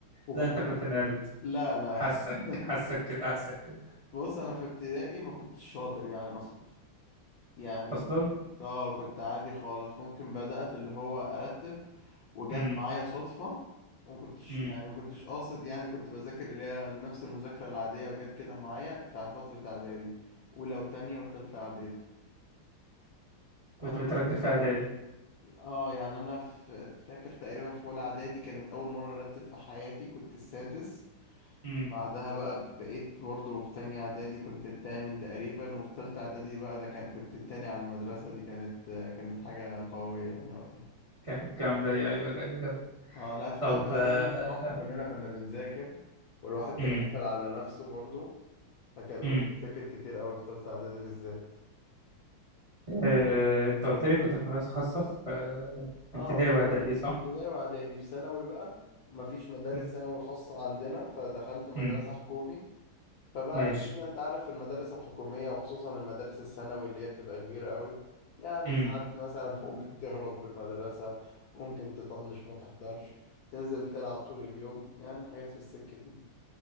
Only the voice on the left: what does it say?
وكنت
لا لا
<laughs>
بص انا في ابتدائي ما كنتش شاطر يعني اصلا يعني
كنت اه كنت عادي خالص ممكن بدأت اللي هو ارتب وجت
معايا صدفة وما كنتش
يعني ما كنتش قاصد يعني كنت بذاكر اللي هي نفس المذاكرة العادية وجت كده معايا في فترة اعدادي ولو تانية وتالتة اعدادي
فانا
اه يعني انا ف- فاكر تقريبا في اولى اعدادي كانت اول مره ارتب في حياتي كنت السادس
بعدها بقى بقيت برضو في تانية اعدادي كنت التامن تقريبا وفي تالتة اعدادي بقى ده كان كنت التاني على المدرسه دي كانت كانت حاجه قويه يعني وقتها
اه لا في
تالتة اعدادي
بصراحه كلنا كنا بنذاكر والواحد كان
قفل على نفسه برضو فكان
بنذاكر كتير قوي في تالتة اعدادي بالذات
اه
في ابت-
في ابتدائي واعدادي في ثانوي بقى مفيش مدارس
ثانوي خاصة عندنا فدخلت مدرسة
حكومي فبقى
الدنيا انت عارف المدارس الحكومية وخصوصا المدارس الثانوي اللي هي بتبقى كبيرة قوي يعني
ساعات مثلا <laughs> ممكن تهرب بالمدرسة ممكن تطنش ما تحضرش تنزل تلعب طول اليوم يعني حاجات في السكة دي